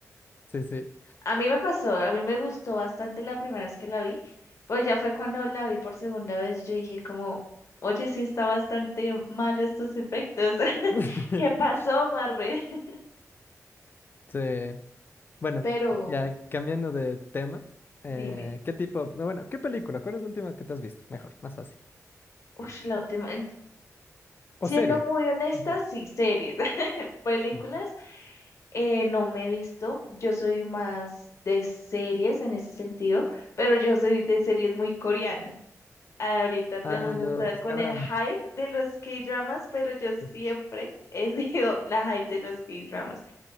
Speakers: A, on the left (about 35°); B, on the left (about 55°).
A: Sí, sí.
B: A mí me pasó, a mí me gustó bastante la primera vez que la vi, pero ya fue cuando la vi por segunda vez, yo dije como, oye, sí está bastante malo estos efectos. <laughs>
A: <laughs>
B: ¿Qué pasó, Marvel? <laughs>
A: Sí. Bueno,
B: Pero
A: ya cambiando de tema, eh,
B: dime,
A: ¿qué tipo, bueno, qué película? ¿Cuál es la última que te has visto? Mejor, más fácil.
B: uy, la última, en-
A: ¿O
B: siendo
A: serie?
B: muy honesta,
A: Incluso.
B: sí, series. Películas
A: Ujú.
B: eh, no me he visto, yo soy más de series en ese sentido, pero yo soy de series muy coreanas. Ahorita todo
A: Ah,
B: el mundo
A: los
B: está con
A: cadramas.
B: el hype de los K-dramas, pero yo siempre
A: Sí.
B: he <laughs> sido la hype de los K-dramas.